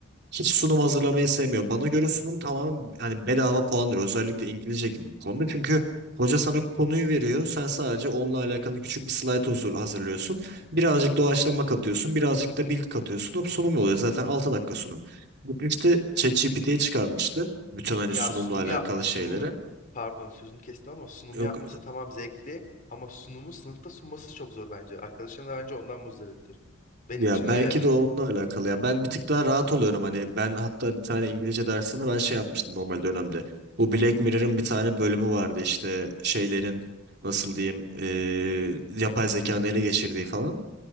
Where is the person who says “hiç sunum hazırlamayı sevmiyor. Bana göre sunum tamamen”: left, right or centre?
Right